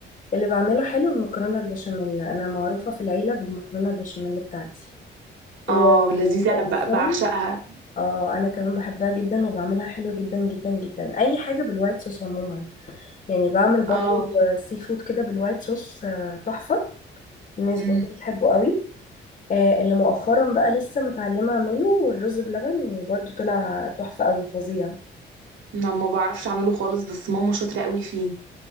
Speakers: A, on the left; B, on the right.
A: اللي بعمله حلو المكرونة البشاميل أنا معروفة في العيلة بالمكرونة البشاميل بتاعتي ومؤخرا
B: اه لذيذه انا ب- بعشقها
A: اه أنا كمان بحبها جدا وبعملها حلو جدا جدا جدا أي حاجة بالوايت صوص عموما يعني بعمل برضو
B: اه
A: سي فود كده بالوايت صوص آه، تحفة الناس
B: امم
A: برضو بتحبه قوي آه، اللي مؤخرا بقى لسه متعلمة أعمله والرز بلبن وبرضو طلع تحفة قوي فظيع
B: انا ما بعرفش اعمله خالص بس ماما شاطره قوي فيه